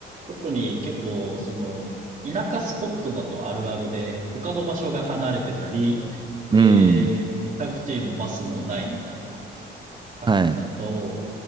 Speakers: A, on the right (about 40°); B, on the right (about 25°).
A: 特に結構、その、田舎スポットだとあるあるで、他の場所が離れてたり、で、
B: うん、
A: タクシーもバスもないみたいな感じだと、
B: はい。